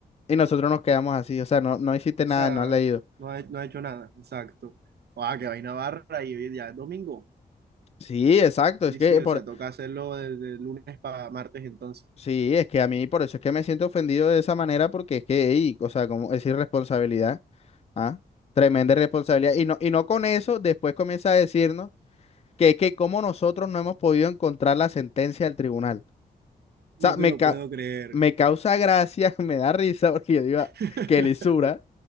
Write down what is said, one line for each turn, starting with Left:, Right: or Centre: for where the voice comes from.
Left: Y nosotros nos quedamos así, o sea, no, no hiciste nada,
Right: O sea,
Left: no has leído.
Right: no ha, no ha hecho nada, exacto. Ah, que vaina barra y hoy día es domingo.
Left: Sí, exacto.
Right: Sí,
Left: Es que
Right: sí,
Left: por
Right: o sea, toca hacerlo desde lunes para martes entonces.
Left: sí, es que a mí por eso es que me siento ofendido de esa manera, porque es que, ey, o sea, como es irresponsabilidad, ¿ah? Tremenda irresponsabilidad. Y no, y no con eso, después comienza a decirnos que es que como nosotros no hemos podido encontrar la sentencia del tribunal. O
Right: No
Left: sea, me,
Right: te lo
Left: ca-
Right: puedo creer.
Left: me causa gracia, <laughs> me da risa, porque yo digo, "Ah,
Right: <laughs>
Left: qué lisura,